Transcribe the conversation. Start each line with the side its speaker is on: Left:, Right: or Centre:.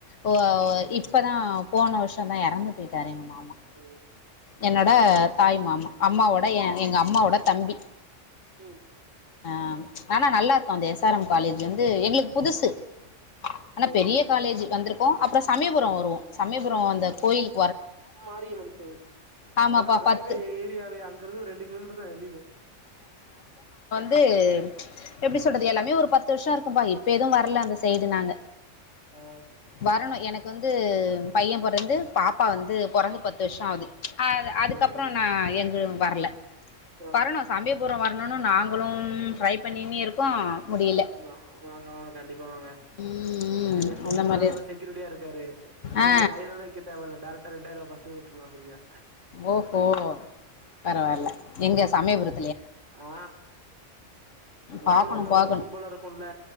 Left: ஓ அ
Right: ஆ
Left: வ இப்ப தா போன வருஷோதா எறந்து போயிட்டாரு எங்கள் மாமா
Right: ஓ
Left: என்னோட தாய் மாமா அம்மாவோட ஏ
Right: ம்
Left: எங்க அம்மாவோட தம்பி
Right: ம்
Left: ஆ ஆனா நல்லா இருக்கும அந்த எஸ்ஆர் எம் காலேஜ் எந்து எங்களுக்கு புதுசு
Right: ஆமா
Left: ஆனா
Right: ஓ
Left: பெரிய காலேஜ் வந்துருக் போ அப்றஸ் சமீபுரோ வருவோ
Right: ஆமாமா
Left: சமீபுரோ அந்தக் கோயில்
Right: மாரியம்மன் கோயில்
Left: ஆமாப்பா
Right: அதல்லா அதாங்கக்கா
Left: பத்து
Right: ஏ ஏரியாவே அங்கிருந்து ஒரு ரெண்டு கிலோமீட்டர்தா ஏ வீடு
Left: து எப்டி சொல்றது எல்லாமே ஒரு பத்து வருஷோ இருக்கும்பா இப்ப எதும் வரல அந்த சைடு நாங்க
Right: ஆ
Left: வரணு எனக்கு வந்து பைய பொறந்து பாப்பா வந்து பொறந்து பத்து வருஷோ ஆகுது அது அதுக்கப்பறோ
Right: சேரி
Left: நா எங்கயு வரல
Right: ஆ
Left: வரணு சமீபுரோ வர் வர்ணுனு நாங் நாங்ளும் ட்ரை பண்ணினே இருக்கோ முடியல
Right: வா வாங்க வாங்க கண்டிப்பா வாங்க ங்க
Left: ம் ம்
Right: எங்க பெரிப்பாதா
Left: அந்த மாரி
Right: அங்கதா செக்யூரிடியா இருக்காரு நீங்க
Left: ஆ
Right: லைன்லல்லா நிக்க தேவ இல்ல டேரெக்டா ரெண்டாயிரூபா பஸ் பஸ்ஸு உட்டுர்லா ஃப்ரீயா
Left: ஓஹோ பரவால்ல எங்க சமீயபுரத்
Right: ஆ லைன்ல
Left: பாக்கணு
Right: எல்லா
Left: பாக்கணு
Right: ரொம்ப கும்பலா இருக்குல்ல